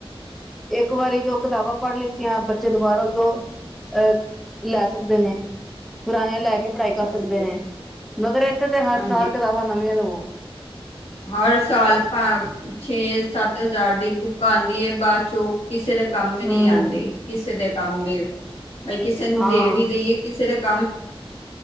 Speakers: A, in the centre; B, on the left.
A: ਏਕ ਵਾਰੀ ਜੋ ਕਤਾਬਾਂ ਪੜ੍ਹ ਲਿੱਤੀਆਂ ਬੱਚੇ ਦੁਬਾਰਾ ਓਈਂਓ ਅਹ ਲੈ ਸਕਦੇ ਨੇ, ਪੁਰਾਨੀਂਆਂ ਲੈ ਕੇ ਪੜਾਈ ਕਰ
B: ਹਾਂਜੀ
A: ਸਕਦੇ ਨੇ। ਮਗਰ ਏਥੇ ਤੇ ਹਰ
B: ਹਾਂਜੀ
A: ਸਾਲ ਕਤਾਬਾਂ ਨਵੀਆਂ ਲਵੋ।
B: ਹਰ ਸਾਲ ਪਾਂ ਛੇ-ਸੱਤ ਹਜ਼ਾਰ ਦੀ ਬੁੱਕਾਂ ਆਂਦੀਐ, ਬਾਦ ਚੋਂ ਕਿਸੇ ਦੇ ਕੰਮ ਨਈਂ
A: ਹਮ
B: ਆਂਦੀ, ਕਿਸੇ ਦੇ ਕੰਮ ਵੀ ਬਈ ਕਿਸੇ ਨੂੰ
A: ਹਾਂ
B: ਦੇ ਵੀ ਦੇਈਏ ਕਿਸੇ ਦਾ ਕੰਮ